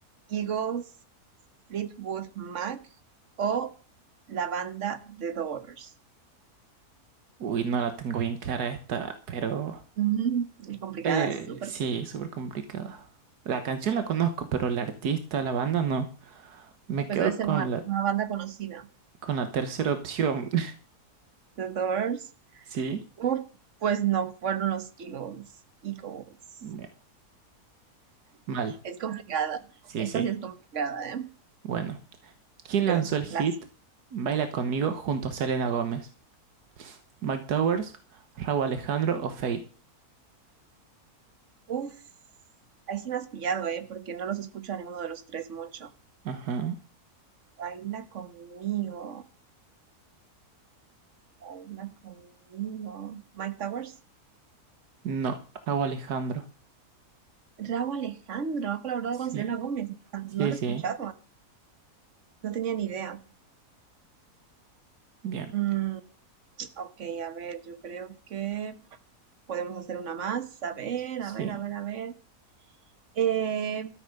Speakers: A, on the right; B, on the right.
A: Eagles, Fleetwood Mac o la banda The Doors.
B: Uy, no la tengo bien clara esta, pero
A: Mm, es complicada,
B: eh,
A: es súper.
B: sí, súper complicada. La canción la conozco, pero la artista, la banda no. Me
A: Pues
B: quedo
A: debe ser
B: con
A: una,
B: la,
A: una banda conocida.
B: con la tercera opción. <laughs>
A: The Doors.
B: Sí,
A: Uh, pues no, fueron los Eagles. Eagles.
B: me- mal.
A: Es complicada.
B: Sí,
A: Esta
B: sí.
A: sí es complicada, ¿eh?
B: Bueno, ¿quién
A: Pero
B: lanzó
A: son
B: el hit
A: clásicos.
B: Baila conmigo junto a Selena Gómez? ¿Mike Towers, Rauw Alejandro o Fate?
A: Uf, ahí sí me has pillado, ¿eh? Porque no los escucho a ninguno de los tres mucho.
B: Ajá.
A: Baila conmigo. Baila conmigo. Mike Towers.
B: No, Rauw Alejandro.
A: Raúl Alejandro ha colaborado
B: Sí,
A: con Selena Gómez.
B: sí,
A: No lo he
B: sí.
A: escuchado. ¿eh? No tenía ni idea.
B: Bien.
A: Mm, ok, a ver, yo creo que podemos hacer una más. A ver,
B: Sí.
A: a ver, a ver, a ver. Eh,